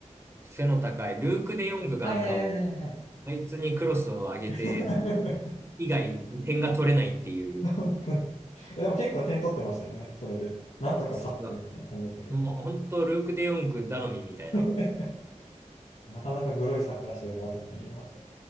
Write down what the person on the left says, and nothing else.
はいはいはいはいはい。
<laughs>
本当に。でも結構点取ってましたよね、それで。なんとか勝ってるみたいな感じだったけど。
<laughs> なかなかグロいサッカーしてるなと思って見てました。い